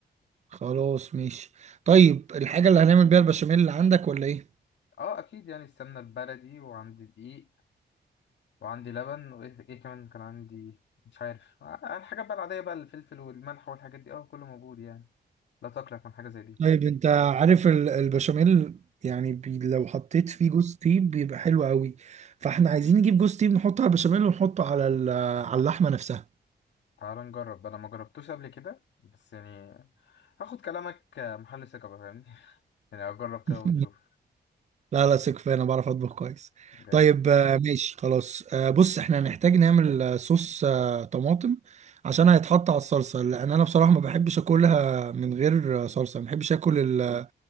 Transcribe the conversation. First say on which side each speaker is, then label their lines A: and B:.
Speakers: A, on the right (about 40°); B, on the left (about 80°).
A: خلاص ماشي طيب الحاجه اللي هنعمل بيها البشاميل اللي عندك ولا ايه
B: اه أكيد يعني السمنة البلدي وعندي دقيق وعندي لبن وإيه إيه كمان كان عندي مش عارف آه، الحاجات بقى العادية بقى الفلفل والملح والحاجات دي اه كله موجود يعني لا تقلق من حاجة زي دي
A: طيب انت عارف ال- البشاميل يعني بي لو حطيت فيه جوز تيب بيبقى حلو قوي فاحنا عايزين نجيب جوز تيب نحطه على البشاميل ونحطه على ال- على اللحمه نفسها
B: تعال نجرب أنا ما جربتوش قبل كده بس يعني هاخد كلامك آه، محل ثقة بقى، فاهمني <laughs> يعني أجرب
A: <laughs>
B: كده ونشوف
A: لا لا ثق فيا انا بعرف اطبخ كويس
B: جامد
A: طيب آه، ماشي خلاص آه، بص احنا هنحتاج نعمل آه، صوص آه، طماطم عشان هيتحط على الصلصه لان انا بصراحه ما بحبش اكلها من غير آه، صلصه ما بحبش اكل ال-